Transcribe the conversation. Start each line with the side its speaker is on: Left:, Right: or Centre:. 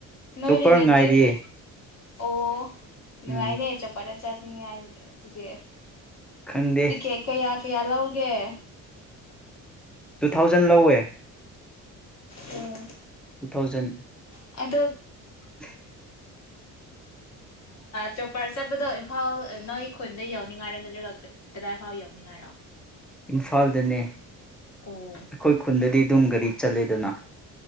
Left: ꯅꯣꯏ
Centre: ꯆꯣꯞꯄꯔ
Left: ꯔꯤꯂꯦꯇꯤꯚ
Centre: ꯉꯥꯏꯔꯤꯌꯦ
Left: ꯑꯣ ꯅꯅꯨꯡꯉꯥꯏꯅꯦ
Centre: ꯎꯝ
Left: ꯆꯄꯔꯦ ꯆꯠꯅꯤꯡꯉ ꯑꯗꯨꯗꯤ
Centre: ꯈꯪꯗꯦ
Left: ꯇ ꯀꯦ ꯀꯩ ꯌꯥ ꯌꯥꯂꯥꯎꯒꯦ
Centre: ꯇꯨ ꯊꯥꯎꯖꯟ ꯂꯧꯋꯦ
Left: ꯑꯣ
Centre: ꯇꯨ ꯊꯥꯎꯖꯟ
Left: ꯑꯗꯣ
Centre: <unintelligible>
Left: ꯆꯣꯄꯥꯔ ꯆꯠꯄꯗꯣ ꯏꯝꯐꯥꯜ ꯅꯣꯏ ꯈꯨꯟꯗ ꯌꯧꯅꯤꯡꯉꯥꯏꯔꯣ ꯅꯠꯇ꯭ꯔꯒ ꯀꯗꯥꯏ ꯐꯥꯎ ꯌꯧꯅꯤꯡꯉꯥꯏꯔꯣ
Centre: ꯏꯝꯐꯥꯜꯗꯅꯦ ꯑꯩꯈ‌ꯣꯏ
Left: ꯑꯣ
Centre: ꯈꯨꯟꯗꯗꯤ ꯑꯗꯨꯝ ꯒꯥꯔꯤ ꯆꯠꯂꯦꯗꯅ